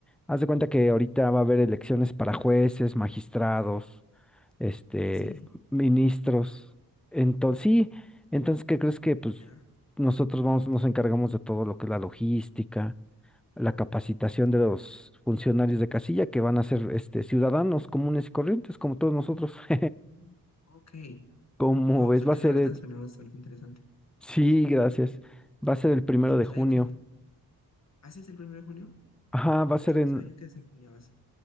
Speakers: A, in the centre; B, on the left.
A: Haz de cuenta que ahorita va a haber elecciones para jueces, magistrados, este,
B: Ah, Sí,
A: ministros. Entonces, sí, entonces, ¿qué crees que
B: eh,
A: pues
B: mira.
A: nosotros vamos, nos encargamos de todo lo que es la logística, la capacitación de los funcionarios de casilla que van a ser este ciudadanos comunes y corrientes, como todos nosotros. <laughs>
B: Mm, Ok,
A: Como
B: wow,
A: ves,
B: o sea,
A: va
B: eh,
A: a
B: la
A: ser
B: verdad
A: el,
B: suena bastante interesante.
A: sí, gracias.
B: Yo,
A: Va a ser el primero
B: yo no
A: de
B: sabía
A: junio.
B: que... ¿Ah, sí es el primero de junio?
A: Ajá, va a ser
B: Yo
A: en,
B: no sabía que desempeñabas